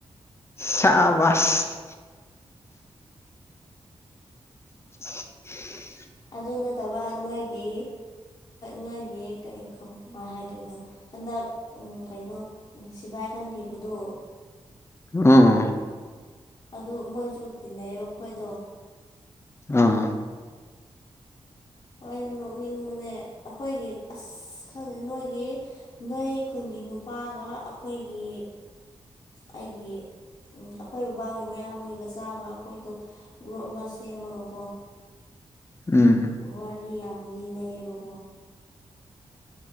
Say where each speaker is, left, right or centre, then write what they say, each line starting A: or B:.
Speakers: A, on the left; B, on the left.
A: ꯁꯥꯕꯁ <inaudible>
B: ꯑꯗꯨ ꯅꯠꯇꯕ ꯅꯣꯏꯒꯤ ꯅꯣꯏꯒꯤ ꯀꯩ ꯀꯃ ꯍꯥꯏꯗꯣꯏꯅꯣ ꯍꯟꯗꯛ ꯀꯩꯅꯣ ꯁꯤꯚꯥꯏ ꯈꯟꯈꯤꯕꯗꯣ
A: ꯑꯥ
B: ꯑꯗꯨ ꯃꯣꯏꯁꯨ ꯇꯤꯟꯅꯩꯌꯦꯕ ꯑꯩꯈꯣꯏꯗꯣ
A: ꯑꯥ
B: ꯍꯩꯅ ꯅꯣꯛꯅꯤꯡꯕꯅꯦ ꯑꯩꯈꯣꯏꯒꯤ ꯑꯁ ꯑ ꯈꯪꯗꯦ ꯅꯣꯏꯒꯤ ꯅꯣꯏ ꯈꯨꯟꯒꯤ ꯅꯨꯄꯥꯒ ꯑꯩꯈꯣꯏꯒꯤ ꯑꯩꯒꯤ ꯑꯩꯈꯣꯏꯕ ꯕꯥꯒꯤ ꯃꯌꯥꯝꯕꯒꯤ ꯃꯆꯥꯒ ꯑꯩꯈꯣꯏꯗꯣ ꯒ꯭ꯔꯨꯞ ꯑꯃ ꯁꯦꯝꯃꯒꯀꯣ
A: ꯎꯝ
B: ꯋꯥꯔꯤ ꯌꯥꯝ ꯂꯤꯅꯩꯌꯦꯕꯀꯣ